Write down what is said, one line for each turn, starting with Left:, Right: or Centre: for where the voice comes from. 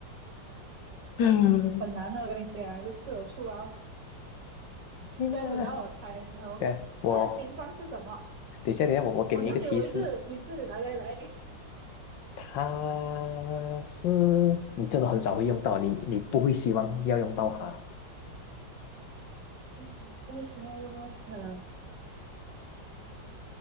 Left: 嗯
Right: 很难的，我跟你讲，这次我出啊，
Left: 天啊！
Right: 这样轮到我猜的时候，
Left: 对下我
Right: 它的形状是什么？
Left: 等一下，等一下，我我给你一个提示，
Right: 哦，你要给我一个提示，来来来，
Left: 它是你真的很少会用到，你你不会希望要用到它，
Right: 嗯，不需要用到它。